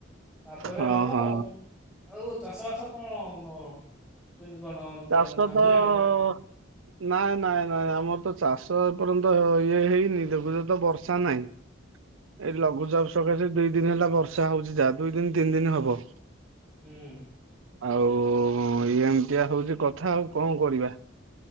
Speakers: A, in the centre; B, on the right.
A: ତାପରେ
B: ହଁ
A: ହବ
B: ହଁ
A: ଆଉ। ଆଉ ଚାଷ ବାସ କଣ ତମର? କେମତି କଣ
B: ଚାଷ ତ
A: ହେଲାଣି ନା କଣ?
B: ନାଇଁ ନାଇଁ ନାଇଁ, ଆମର ତ ଚାଷ ଏପର୍ଯ୍ୟନ୍ତ ଇଏ ହେଇନି ଦେଖୁଛ ତ ବର୍ଷା ନାହିଁ।
A: <inaudible>
B: ଏଇ ଲଘୁଚାପ ସକାଶେ ଦି ଦିନ ହେଲା ବର୍ଷା ହଉଛି ଯାହା ଦୁଇ ଦିନ ତିନି ଦିନ ହବ।
A: ହୁଁ।
B: ଆଉ ଏମିତିଆ ହଉଛି କ କଥା ଆଉ କଣ କରିବା